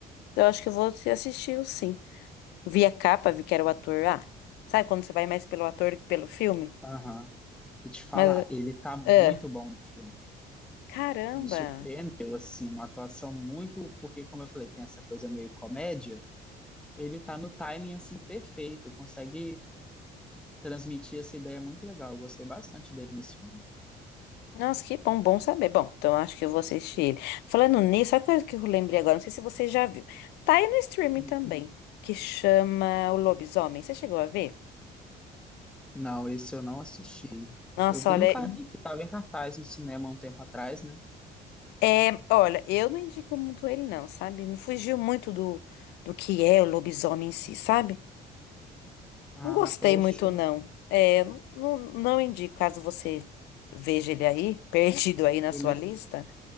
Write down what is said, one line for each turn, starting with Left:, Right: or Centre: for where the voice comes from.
Left: Eu acho que eu vou assistir o sim. Vi a capa, vi que era o ator. Ah, sabe quando você vai mais pelo ator do que pelo filme?
Centre: Aham. E te falar,
Left: Mas,
Centre: ele tá
Left: é.
Centre: muito bom no filme.
Left: Caramba.
Centre: me surpreendeu, assim, uma atuação muito, porque, como eu falei, tem essa coisa meio comédia, ele tá no timing, assim, perfeito, consegue transmitir essa ideia muito legal, eu gostei bastante dele nesse filme.
Left: Nossa, que bom, bom saber. Bom, então acho que eu vou assistir ele. Falando nisso, sabe o que eu lembrei agora? Não sei se você já viu. Tá aí no streaming
Centre: Hum.
Left: também, que chama O Lobisomem. Você chegou a ver?
Centre: Não, esse eu não assisti.
Left: Nossa,
Centre: Eu vi
Left: olha,
Centre: no car-
Left: Uhum.
Centre: que tava em cartaz no cinema um tempo atrás, né?
Left: é, olha, eu não indico muito ele não, sabe? Não fugiu muito do, do que é o lobisomem em si, sabe?
Centre: Ah,
Left: Não gostei
Centre: poxa,
Left: muito não. É, não, não não indico, caso você veja ele aí, <laughs> perdido aí na
Centre: ele,
Left: sua lista,